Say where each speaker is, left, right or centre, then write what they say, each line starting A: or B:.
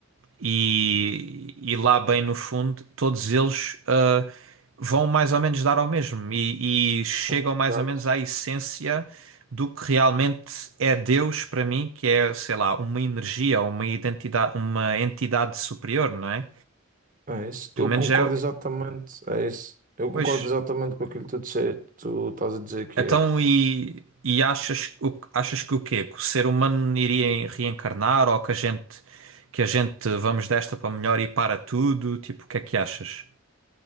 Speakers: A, on the right (about 80°); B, on the right (about 40°).
A: E, e lá bem no fundo, todos eles ah, vão mais ou menos dar ao mesmo e, e chegam
B: Exato.
A: mais ou menos à essência do que realmente é Deus para mim, que é, sei lá, uma energia, uma identidade, uma entidade superior, não é?
B: É isso.
A: Pelo
B: Eu
A: menos
B: concordo
A: é,
B: exatamente. É isso. Eu concordo
A: pois.
B: exatamente com aquilo que tu disseste. Tu estás a dizer que
A: Então
B: é.
A: e, e achas, o- achas que o quê? Que o ser humano iria reencarnar ou que a gente que a gente vamos desta para melhor e para tudo? Tipo, o que é que achas?